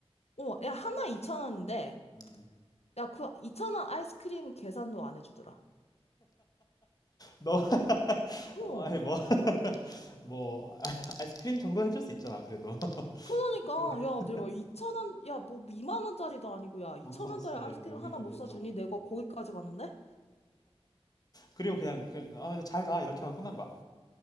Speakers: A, on the left (about 80°); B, on the left (about 40°).
A: 어, 야, 하나 2천원인데
B: 음.
A: 야, 그2천원 아이스크림 계산도 안 해주더라.
B: 너 <laughs>
A: 어.
B: 아니 뭐 뭐 <laughs> 아이스크림 정도 해줄 수 있잖아, 그래도. <laughs>
A: 그러니까, 야, 내가 2천 원, 야, 뭐 이만 원짜리도 아니고, 야, 이천
B: 정성스레
A: 원짜리 아이스크림
B: 뭐 요리도
A: 하나 못
B: 해줘.
A: 사주니 내가 거기까지 갔는데?
B: 그리고 그냥 그, 아, 잘 가. 이렇게 하고 끝난 거야?